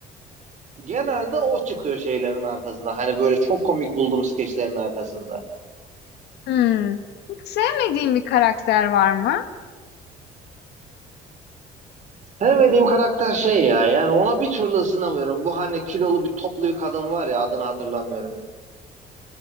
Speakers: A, on the right; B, on the left.
A: Genelde o çıkıyor şeylerin arkasında. Hani böyle çok komik bulduğum skeçlerin arkasında.
B: Hımm. Hiç sevmediğin bir karakter var mı?
A: Sevmediğim karakter şey ya yani ona bir türlü ısınamıyorum. Bu hani kilolu bir toplu bir kadın var ya adını hatırlamıyorum.